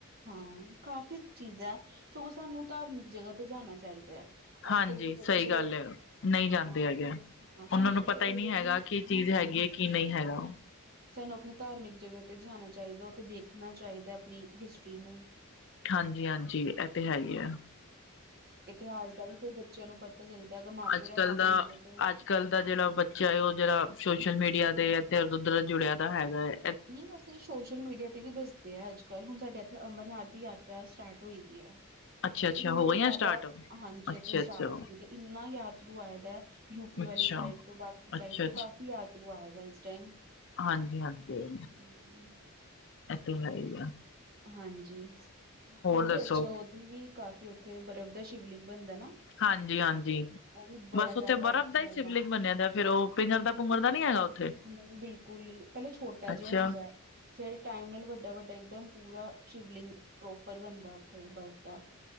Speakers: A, on the right; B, on the left.
A: ਹਾਂ ਕਾਫ਼ੀ ਚੀਜ਼ਾਂ, ਸਗੋਂ ਸਾਨੂੰ ਧਾਰਮਿਕ ਜਗ੍ਹਾ ਤੇ ਜਾਣਾ ਚਾਹੀਦਾ ਐ। ਅੱਜ-ਕੱਲ
B: ਹਾਂਜੀ
A: ਦੇ ਬੱਚੇ
B: ਸਹੀ ਗੱਲ ਐ। ਨਹੀਂ ਜਾਂਦੇ
A: ਹਾਂ,
B: ਹੈਗੇ,
A: ਹਾਂ ਸਾਨੂੰ
B: ਉਹਨਾਂ ਨੂੰ
A: ਸਗੋਂ
B: ਪਤਾ ਈ
A: ਇਹੋ
B: ਨੀ ਹੈਗਾ
A: ਜਿਹੀ
B: ਕੀ
A: ਹਾਂ
B: ਚੀਜ਼ ਹੈਗੀ ਏ, ਕੀ ਨਹੀਂ ਹੈਗਾ।
A: ਸਾਨੂੰ ਆਪਣੀ ਧਾਰਮਿਕ ਜਗ੍ਹਾ ਤੇ ਜਾਣਾ ਚਾਹੀਦਾ। ਉੱਥੇ ਦੇਖਣਾ ਚਾਹੀਦਾ, ਆਪਣੀ ਹਿਸਟਰੀ ਨੂੰ।
B: ਹਾਂਜੀ-ਹਾਂਜੀ, ਇਹ ਤੇ ਹੈ ਈ ਆ।
A: ਇਤਿਹਾਸ ਦਾ ਵੀ ਫਿਰ ਬੱਚਿਆਂ ਨੂੰ ਪਤਾ ਚੱਲਦਾ, ਅਗਰ ਮਾਂ
B: ਅੱਜ
A: ਪਿਓ ਲੈ
B: ਕੱਲ
A: ਕੇ ਜਾਣਗੇ
B: ਦਾ
A: ਤੇ।
B: ਅੱਜ ਕੱਲ੍ਹ ਦਾ ਜਿਹੜਾ ਬੱਚਾ ਏ, ਉਹ ਜਿਹੜਾ ਸੋਸ਼ਲ-ਮੀਡੀਆ ਤੇ ਐਧਰ-ਉਧਰ ਜੁੜਿਆ ਦਾ ਹੈਗਾ ਏ।
A: ਨੀ ਹੋਸਟਿਸ ਸੋਸ਼ਲ ਮੀਡੀਆ ਤੇ ਵੀ ਦੱਸਦੇ ਆ, ਅੱਜ ਕੱਲ੍ਹ ਹੁਣ ਸਾਡੇ ਇੱਥੇ ਅਮਰਨਾਥ ਦੀ ਯਾਤਰਾ ਸਟਾਰਟ ਹੋਈ ਦੀ ਐ।
B: ਅੱਛਾ ਅੱਛਾ
A: ਇੰਨਾ
B: ਹੋ ਗਈਆਂ
A: ਜ਼ਿਆਦਾ
B: ਸਟਾਰਟ
A: ਹਾਂਜੀ,
B: ਅੱਛਾ
A: ਇਥੇ ਸਟਾਰਟ
B: ਅੱਛਾ
A: ਹੋ ਗਏ ਇੰਨਾ ਯਾਤਰੂ ਆਇਆ ਦਾ ਯੂਪੀ
B: ਅੱਛਾ
A: ਵਾਲੀ ਸਾਈਡ ਤੋਂ, ਬਾਕੀ ਸਾਈਡ
B: ਅੱਛਾ
A: ਤੋਂ, ਕਾਫ਼ੀ ਯਾਤਰੂ ਆਇਆ ਦਾ ਇਸ ਟਾਈਮ‌‌।
B: ਹਾਂਜੀ-ਹਾਂਜੀ।
A: ਹਮ।
B: ਐਤ ਹੈ ਗਿਆ। <unintelligible>
A: ਹਾਂਜੀ, ਉਹ
B: ਦੱਸੋ
A: ਵੀ ਅੱਛਾ, ਉਂਜ ਵੀ ਕਾਫ਼ੀ ਉੱਥੇ ਬਰਫ਼ ਦਾ ਸ਼ਿਵਲਿੰਗ ਬਣਦਾ ਹੈ ਨਾ।
B: ਹਾਂਜੀ-ਹਾਂਜੀ,
A: ਉਹ ਵੀ ਬੜਾ
B: ਬਸ ਉੱਥੇ
A: ਜ਼ਿਆਦਾ
B: ਬਰਫ਼ ਦਾ
A: ਲੋਕ
B: ਹੀ ਸ਼ਿਵਲਿੰਗ
A: ਆ
B: ਬਨਿਆ ਦਾ, ਫੇਰ ਉਹ ਪਿੰਘਰਦਾ ਪੂੰਗਰਦਾ ਦਾ ਨੀ ਹੈਗਾ ਉੱਥੇ
A: ਨਹੀਂ ਬਿਲਕੁਲ ਨਹੀਂ, ਪਹਿਲੇ ਛੋਟਾ ਜਿਹਾ
B: ਅੱਛਾ
A: ਹੁੰਦਾ ਫੇਰ, ਟਾਈਮ ਨਾਲ ਵੱਡਾ- ਵੱਡਾ ਇਕਦਮ ਪੂਰਾ ਸ਼ਿਵਲਿੰਗ ਪ੍ਰੋਪਰ ਬਣਦਾ ਉੱਥੇ ਬਰਫ਼ ਦਾ।